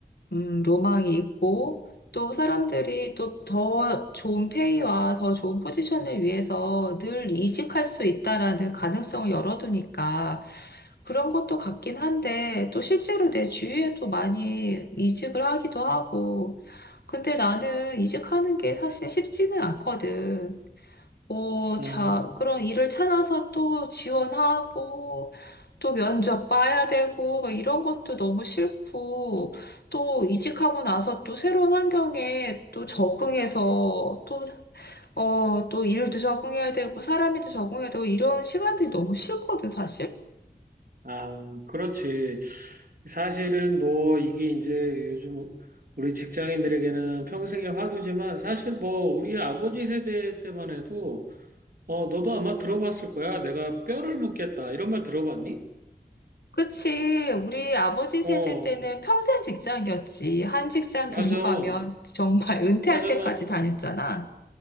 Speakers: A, on the left; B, on the right.
A: 음, 로망이 있고, 또 사람들이 또 더 좋은 페이와 더 좋은 포지션을 위해서 늘 이직할 수 있다라는 가능성을 열어두니까 그런 것도 같긴 한데, 또 실제로 내 주위에도 많이 이직을 하기도 하고, 근데 나는 이직하는 게 사실 쉽지는 않거든. 어,
B: 음.
A: 자, 그런 일을 찾아서 또 지원하고, 또 면접 봐야 되고, 막 이런 것도 너무 싫고, 또 이직하고 나서 또 새로운 환경에 또 적응해서, 또, 어, 또 일도 적응해야 되고, 사람에도 적응해야 되고, 이런 시간들이 너무 싫거든, 사실.
B: 아, 그렇지. 사실은 뭐 이게 이제 요즘 우리 직장인들에게는 평생의 화두지만 사실 뭐 우리 아버지 세대 때만 해도 어, 너도 아마 들어봤을 거야. 내가 뼈를 묻겠다. 이런 말 들어봤니?
A: 그치. 우리 아버지
B: 어,
A: 세대 때는 평생 직장이었지. 한 직장
B: 맞아.
A: 들어가면 정말 <laughs> 은퇴할
B: 맞아.
A: 때까지 다녔잖아.